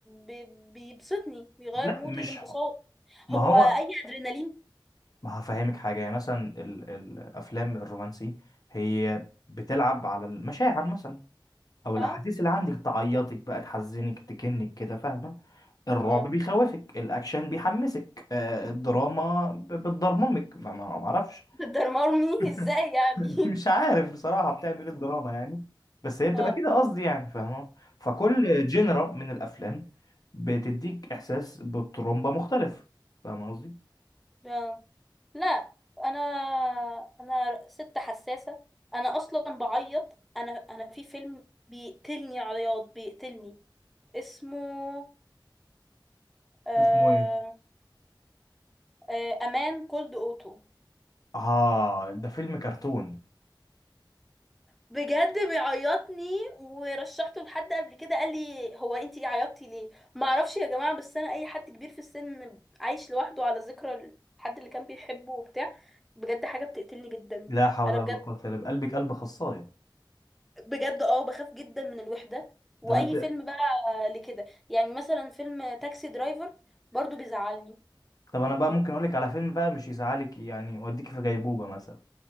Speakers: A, in the centre; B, on the left.
A: ب... بيبسطني بيغير
B: لا
A: مودي
B: مش
A: الانبساط
B: ح- ما
A: هو
B: هو
A: اي ادرينالين
B: ما هفهمك حاجه يعني مثلا ال... الافلام الرومانسي هي بتلعب على المشاعر مثلا او
A: اه
B: الاحاسيس اللي عندك تعيطك بقى تحزنك تكنك كده فاهمه الرعب
A: اه
B: بيخوفك الاكشن بيحمسك آه، الدراما ب- بتضرممك ما ما- ما اعرفش
A: <laughs> درمرني
B: <laughs>
A: ازاي يعني
B: مش عارف بصراحة بتعمل ايه الدراما يعني بس
A: <laughs>
B: هي بتبقى
A: اه
B: كده قصدي يعني فاهمة فكل جنرا من الافلام بتديك احساس بالترومبا مختلف فاهمة قصدي
A: اه لا انا انا ست حساسه انا اصلا بعيط انا انا في فيلم بيقتلني عياط بيقتلني اسمه آه
B: اسمه ايه؟
A: آه امان كولد اوتو
B: اه ده فيلم كرتون
A: بجد بيعيطني ورشحته لحد قبل كده قال لي هو انتي عيطتي ليه ما اعرفش يا جماعه بس انا اي حد كبير في السن عايش لوحده على ذكرى الحد اللي كان بيحبه وبتاع بجد حاجه بتقتلني جدا
B: لا حول
A: انا
B: ولا
A: بجد
B: قوة الا بقلبك قلب خصاية
A: بجد اه بخاف جدا من الوحدة واي
B: طب انت
A: فيلم بقى لكده يعني مثلا فيلم تاكسي درايفر برضو بيزعلني
B: طب انا بقى ممكن اقولك على فيلم بقى مش يزعلك يعني يوديك في غيبوبة مثلا